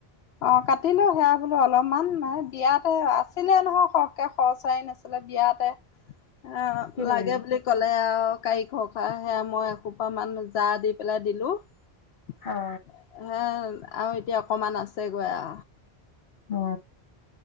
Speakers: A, on the left; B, on the left.
A: অ কাটিলো সেয়া বোলো অলপমান বিয়াতে আছিলে নহয় সৰহকে খৰ চৰাৰী নাছিলে বিয়াতে অ
B: কি কৰিলি
A: লাগে বুলি কলে আৰু কাৰি খৰ খা সেয়া মই এসোপা মান জা দি পেলাই দিলো। হে,
B: অ
A: আৰু এতিয়া অকণমান আছে। তে গয়া
B: অ